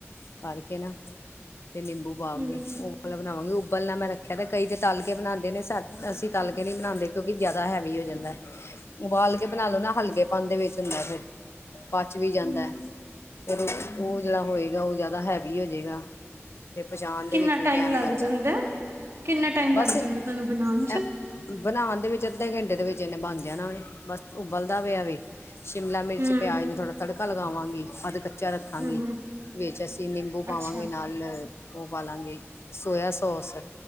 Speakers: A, on the left; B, on the right.
A: ਕਰਕੇ ਨਾ, ਤੇ ਨਿੰਬੂ ਪਾ
B: ਹੂੰ,
A: ਕੇ, ਉਹ ਬਣਾਵਾਂਗੇ ਉਬਲ ਨਾ ਮੈਂ ਰੱਖਿਆ, ਤੇ ਕਈ ਤੇ ਤਲ ਕੇ ਬਣਾਉਂਦੇ ਨੇ, ਅਸੀਂ ਤਲ ਕੇ ਨਹੀਂ ਬਣਾਉਂਦੇ। ਕਿਉਂਕਿ, ਜਿਆਦਾ ਹੈਵੀ ਹੋ ਜਾਂਦਾ। ਉਬਾਲ ਕੇ ਬਣਾ ਲੋ ਨਾ, ਹਲਕੇਪਨ ਦੇ ਵਿੱਚ ਹੁੰਦਾ ਫਿਰ। ਪਚ ਵੀ ਜਾਂਦਾ।
B: ਹੂੰ।
A: ਫੇਰ, ਉਹ ਜਿਹੜਾ ਹੋਏਗਾ, ਉਹ ਜ਼ਿਆਦਾ ਹੈਵੀ ਹੋਜੇਗਾ। ਫਿਰ ਪਚਾਉਣ ਦੇ
B: ਕਿੰਨਾ
A: ਵਿੱਚ ਵੀ ਟਾਈਮ
B: ਲੱਗ
A: ਲੱਗਦਾ,
B: ਜਾਂਦਾ? ਕਿੰਨਾ ਟਾਈਮ
A: ਬਸ
B: ਲੱਗ ਜਾਂਦਾ ਤੁਹਾਨੂੰ ਬਣਾਉਣ
A: ਐ।
B: ਚ?
A: ਬਣਾਉਣ ਦੇ ਵਿੱਚ ਅੱਧੇ ਘੰਟੇ ਦੇ ਵਿੱਚ ਇਹਨੇ ਬਣ ਜਾਣਾ ਵੇ, ਬਸ ਉਬਲਦਾ ਪੇਯਾ ਵੇ। ਸ਼ਿਮਲਾ ਮਿਰਚ,
B: ਹੂੰ,
A: ਪਿਆਜ ਨੂੰ ਥੋੜਾ ਤੜਕਾ ਲਗਾਵਾਂਗੀ, ਔ ਦੇ ਤੇ ਮਿਰਚਾਂ ਰੱਖਾਂਗੀ,
B: ਹੂੰ, ਹੂੰ
A: ਵਿੱਚ ਅਸੀਂ ਨਿੰਬੂ ਪਾਵਾਂਗੇ।
B: ਅੱਛਾ,
A: ਦੱਲ ਉਹ ਪਾ ਲਾਂਗੇ, ਸੋਇਆ ਸੋਸ।